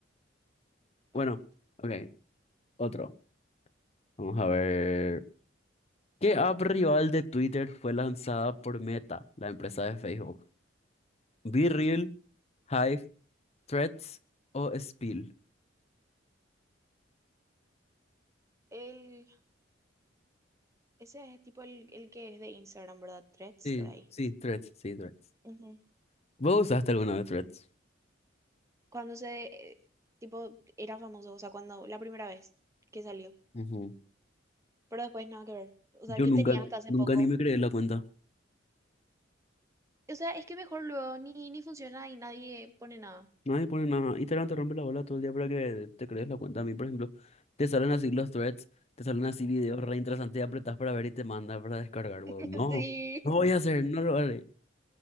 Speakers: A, on the right; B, on the left.
A: Bueno.
B: Bueno, ok, otro. Vamos a ver. ¿Qué app rival de Twitter fue lanzada por Meta, la empresa de Facebook? BeReal, Hive, Threads o Spill?
A: el Ese es tipo el, el que es de Instagram, ¿verdad? Threads,
B: Sí,
A: por ahí.
B: sí, Threads, sí, Threads.
A: Ujú.
B: ¿Vos usaste alguna vez Threads?
A: Cuando se, eh, tipo, era famoso, o sea, cuando, la primera vez que salió.
B: Ujú.
A: Pero después nada que ver. O sea,
B: Yo
A: yo
B: nunca,
A: tenía hasta hace
B: nunca
A: poco.
B: ni me creé la cuenta.
A: O sea, es que mejor luego ni, ni funciona y nadie pone nada.
B: Nadie pone nada. Instagram te rompe la bola todo el día para que te crees la cuenta. A mí, por ejemplo, te salen así los threads, te salen así videos re interesantes y apretás para ver y te manda para descargar, huevón.
A: <laughs>
B: No,
A: Sí,
B: no voy a hacer, no lo haré.